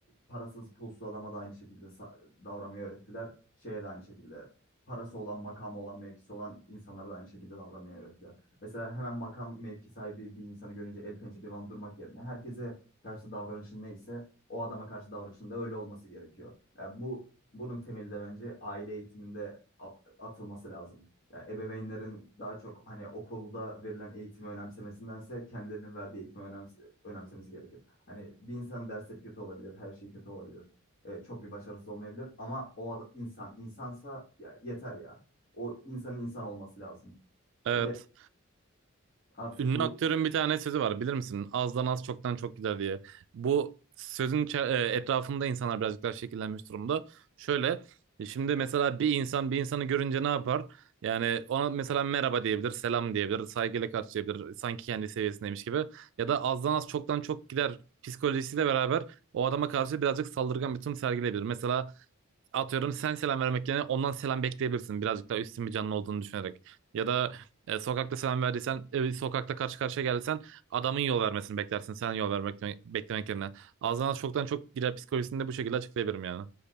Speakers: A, on the left; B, on the right.
A: parasız pulsuz adama da aynı şekilde sa- davranmayı öğrettiler. Şeye de aynı şekilde parası olan, makamı olan, mevkisi olan insanlara da aynı şekilde davranmayı öğrettiler. Mesela hemen makam mevki sahibi bir insanı görünce el pençe divan durmak yerine herkese karşı davranışın neyse o adama karşı davranışın da öyle olması gerekiyor. Ya bu bunun temeli de bence aile eğitiminde a- atılması lazım. Ya ebeveynlerin daha çok hani okulda verilen eğitimi önemsemesindense kendilerinin verdiği eğitimi önems- önemsemesi gerekiyor. Hani bir insanın dersleri kötü olabilir, her şey kötü olabilir. E, çok bir başarısız olmayabilir ama o insan insansa ya yeter ya. O insanın insan olması lazım.
B: Evet.
A: Bir de artık
B: Ünlü
A: bu
B: aktörün bir tane sözü var bilir misin? Azdan az çoktan çok gider diye. Bu sözün içe- e, etrafında insanlar birazcık daha şekillenmiş durumda. Şöyle e, şimdi mesela bir insan bir insanı görünce ne yapar? Yani ona mesela merhaba diyebilir, selam diyebilir, saygıyla karşılayabilir. Sanki kendi seviyesindeymiş gibi. Ya da azdan az çoktan çok gider psikolojisiyle beraber o adama karşı birazcık saldırgan bir tutum sergileyebilir. Mesela atıyorum sen selam vermek yerine ondan selam bekleyebilirsin. Birazcık daha üstün bir canlı olduğunu düşünerek. Ya da e, sokakta selam verdiysen, e, sokakta karşı karşıya geldiysen adamın yol vermesini beklersin. Sen yol vermek beklemek yerine. Ağzından çoktan çok girer psikolojisini de bu şekilde açıklayabilirim yani.